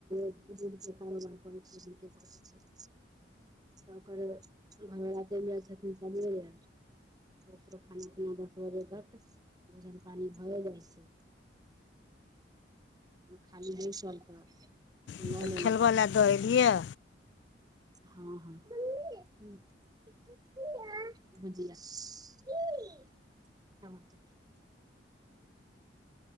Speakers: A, on the right; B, on the left.
A: दीद के कारोबार कर छै छै त ओकर घरवला चलि जाइ छथिन समे ल ओकरो खाना पीना दस बजे तक भोजन पानी भए जाइ छै बल खाली बैसल तऽ
B: ह
A: लऽ
B: तऽ
A: लेलक
B: खेलबै लए दऽ एलियै
A: हँ हँ ह <unintelligible>